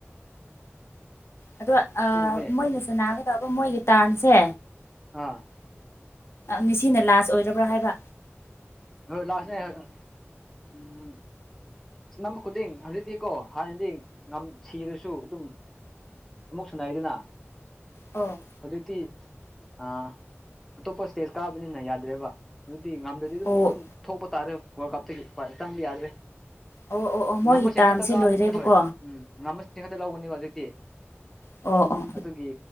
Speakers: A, on the left (about 65°); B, in the centre.
A: ꯑꯗꯣ ꯑ
B: ꯑꯗꯨꯒꯤꯅꯦ
A: ꯃꯣꯏꯅ ꯁꯥꯟꯅꯒꯗꯕ ꯃꯣꯏꯒꯤ ꯇ꯭ꯔꯟꯁꯦ
B: ꯑꯥ
A: ꯉꯁꯤꯅ ꯂꯥꯁ ꯑꯣꯏꯔꯕ꯭ꯔꯥ ꯍꯥꯏꯕ
B: ꯍꯣꯏ ꯂꯥꯁꯅꯦ ꯎꯝ ꯁꯥꯟꯅꯕ ꯈꯨꯗꯤꯡ ꯍꯧꯖꯤꯛꯇꯤꯀꯣ ꯍꯥꯟꯅꯗꯤ ꯁꯤꯔꯁꯨ ꯑꯗꯨꯝ ꯑꯃꯨꯛ ꯁꯥꯟꯅꯩ ꯗꯅ
A: ꯑꯣ
B: ꯍꯧꯖꯤꯛꯇꯤ ꯑ ꯑꯇꯣꯞꯄ ꯏꯁꯇꯦꯖ ꯀꯥꯕꯅꯤꯅ ꯌꯥꯗ꯭ꯔꯦꯕ ꯑꯗꯨꯗꯤ ꯉꯝꯗꯔ ꯑꯗꯨꯗꯤ ꯗꯨꯝ
A: ꯑꯣ
B: ꯑꯗꯨꯝ ꯊꯣꯛꯄ ꯇꯥꯔꯦ ꯋꯥꯔꯜ ꯀꯞꯇꯒꯤ ꯆꯪꯕ ꯌꯥꯗ꯭ꯔꯦ
A: ꯑꯣ ꯑꯣ ꯑꯣ ꯃꯣꯏꯒꯤ
B: ꯉꯝꯕꯁꯤꯡ
A: ꯇꯥꯔꯝꯁꯦ
B: ꯈꯛꯇ ꯀꯥꯗꯕꯅꯤ
A: ꯂꯣꯏꯔꯦꯕꯀꯣ
B: ꯍꯣꯏ ꯎꯝ ꯉꯝꯃꯁꯤꯡ ꯈꯛꯇ ꯂꯧꯒꯅꯤꯕ ꯍꯧꯖꯤꯛꯇꯤ
A: ꯑꯣ ꯑꯣ
B: ꯑꯗꯨꯒꯤ